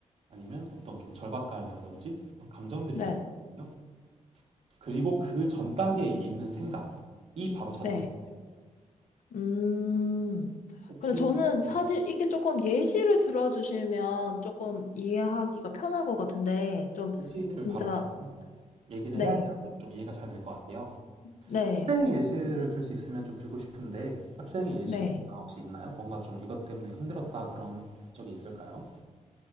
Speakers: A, on the right; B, on the left.
A: 아니면 어떤 좀 절박감이라든지 그런 감정들이
B: 네.
A: 있을 수 있거든요. 그리고 그 전 단계에 있는 생각이 바로 자동사고예요.
B: 네. 음.
A: 혹시
B: 근데 저는 사실
A: 네,
B: 이게 조금 예시를 들어주시면 조금 이해하기가 편할 것 같은데, 좀,
A: 예시를
B: 진짜,
A: 바로 그러면 얘기를
B: 네,
A: 해야지 아무래도 좀 이해가 잘 될 것 같아요.
B: 네,
A: 학생 예시를 들 수 있으면 좀 들고 싶은데 학생의 예시가
B: 네.
A: 혹시 있나요? 뭔가 좀 이것 때문에 힘들었다 그런 적이 있을까요?